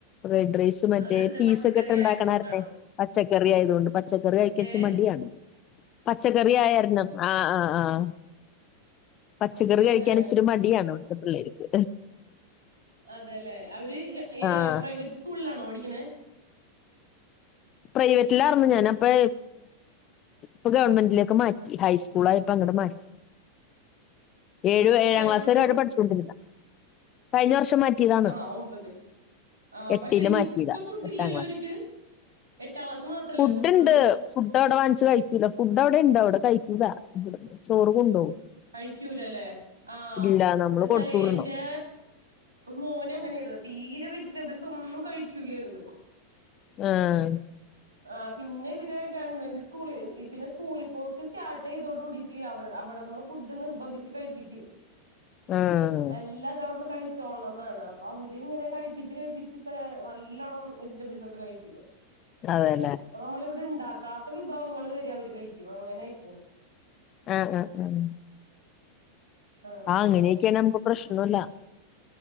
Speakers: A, on the left (about 30°); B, on the right (about 70°).
A: റെഡ് റൈസ് മറ്റേ
B: അതെന്താ
A: പീസ
B: പച്ചക്കറി
A: ഒക്കെ ഒക്കെ ഇണ്ടാക്കണരല്ലേ
B: ആയതുകൊണ്ടാണോ
A: പച്ചക്കറി ആയതൊണ്ട് പച്ചക്കറി കഴിക്കച്ച
B: ഏഹ്
A: മടിയാണ് പച്ചക്കറി ആയിരുന്നു ആഹ് ആഹ് ആഹ പച്ചക്കറി കഴിക്കാൻ
B: അതെ
A: ഇച്ചിരി മടിയാണ് അവിടുത്തെ പിള്ളേർക്ക്
B: അതെല്ലെ അവര്
A: ആഹ്
B: പ്രൈവറ്റ് സ്കൂളിലാണോ പഠിക്കണെ
A: പ്രൈവറ്റിലറരുന്നു ഞാന അപ്പൊ ഇപ്പൊ ഗവൺമെന്റിലേക്കെ മാറ്റി ഹൈസ്കൂൾ ആയപ്പോ അങ്ങട്ട് മാറ്റി ഏഴു
B: ഈ വർഷായിട്ടുള്ളൂ
A: ഏഴാം ക്ലാസ് വരെ അവവിടെ പഠിച്ചുകൊണ്ടിരുന്ന കഴിഞ്ഞ വർഷം മാറ്റിയതാണ്
B: ആഹ് ഒമ്പതിൽ ആഹ്
A: എട്ടില്
B: പക്ഷെ ഇനി
A: മാറ്റിയതാ
B: ഇപ്പൊ ഫുഡ്
A: എട്ടാം
B: ഇല്ലല്ലോ
A: ക്ലാസ്
B: അവർക്ക് എട്ടാം ക്ലാസ് മാത്രല്ലേ
A: ഫുഡ്ുണ്ട്
B: ഫുഡുള്ളൂ
A: ഫുഡ് അവിടെ വാങ്ങിച്ചച്ച് കഴിക്കൂല ഫുഡ് അവിടെ ഇണ്ട് അവിടെ കഴ ഇവിടെ ചോറ് കൊണ്ടോവും
B: കഴിക്കൂലല്ലേ ആഹ
A: ഇല്ല നമ്മള്
B: എന്നച്ചാല്
A: കൊടുത്തൂടണം
B: എന്റെ മോൻ അങ്ങനെയായിരുന്നു തീരെ വെജിറ്റബിൾസ് ഒന്നും കഴിക്കൂലായിരുന്നു
A: ആഹ
B: ആ പിന്നെ ഇവര് ഗവൺമെന്റ് സ്കൂളി പിന്നെ സ്കൂളിപ്പോക്കെ സ്റ്റാർട്ട് ചെയ്തോട കൂടിട്ട് അവർ ഫുഡ് നിർബന്ധിച്ച് കഴിപ്പിക്കും
A: ആഹ്
B: എല്ലാവരെയും കഴി ന്നാണ് അപ്പൊ അവര് ഇങ്ങനെ കഴിപ്പിച്ച് കഴിപ്പിച്ച് ഇപ്പ നല്ലോണം വെജിറ്റബിൾസ് ഒക്കെ കഴിക്കും
A: അതെല്ലേ
B: അപ്പൊ നമ്മളിവിടെ ഉണ്ടാക്കാത്ത വിഭവങ്ങൾ വരെ അവര് കഴിക്കും അങ്ങനെ ആയിരിക്കും
A: ആഹ ആഹ ഉഹ
B: അങ്ങനെ
A: ആ അങ്ങനെയൊക്കെയ നമുക്ക് പ്രശ്നല്ല